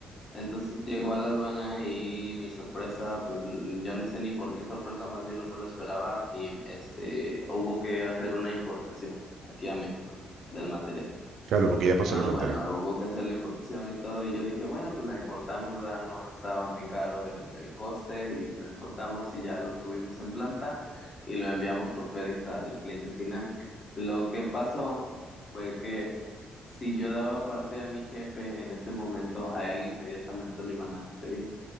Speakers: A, on the left (about 40°); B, on the right (about 70°).
A: Entonces llegó a la aduana y mi sorpresa, pues mm, yo no sé ni por qué sorpresa, más bien no me lo esperaba y este, hubo que hacer una importación aquí a México del material.
B: Claro, porque ya pasó
A: No,
B: la frontera,
A: bueno,
B: ¿no?
A: hubo que hacer la importación y todo, y yo dije, bueno, pues la importamos, ¿verdad? No estaba muy caro el, el coste y lo importamos y ya lo tuvimos en planta y lo enviamos por FedEx al cliente final. Lo que pasó fue que si yo daba parte a mi jefe en ese momento, a él inmediatamente lo iban a despedir.